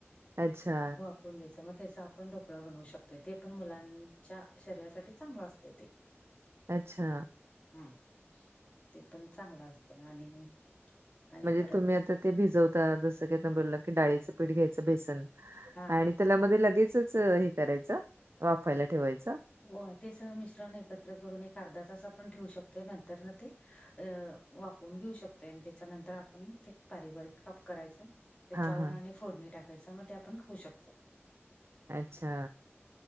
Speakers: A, on the right; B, on the left.
A: अच्छा
B: वाफऊन घ्यायच मग त्याचा आपण ढोकळा बनवू शकतो ते पण मुलांच्या शरीरासाठी चांगलं असते ते. <inaudible>
A: अच्छा
B: हम् ते पण चांगलं असते आणि आणि
A: म्हणजे
B: परत
A: तुम्ही आता ते भिजवता जसं की आ बोलला क डाळीचं पीठ घ्यायचं बेसन
B: हा
A: आणि त्याला मध्ये लगेचच हे करायचं वाफायला ठेवायचं
B: व ते सगळं मिश्रण एकत्र करून एक अर्धा तास आपण ठेवू शकतोय नंतर ना ते अ वापरून घेऊ शकतोय आणि त्याच्यानंतर आपण ते बारीक बारीक काप करायचं. त्याच्यावर
A: हां, हां.
B: आणि फोडणी टाकायच मग ते आपण खाऊ शकतोय.
A: अच्छा